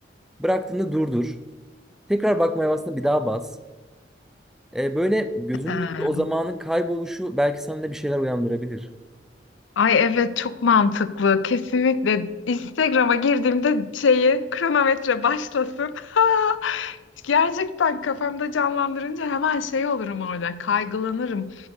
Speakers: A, in the centre; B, on the left.
A: Bıraktığında durdur. Tekrar bakmaya bastığında bir daha bas. Ee, böyle gözünün
B: Ha.
A: önünde o zamanın kayboluşu belki sende bir şeyler uyandırabilir.
B: Ay evet çok mantıklı. Kesinlikle Instagram'a girdiğimde şeyi kronometre başlasın. <laughs> Ha! Gerçekten kafamda canlandırınca hemen şey olurum orada. Kaygılanırım.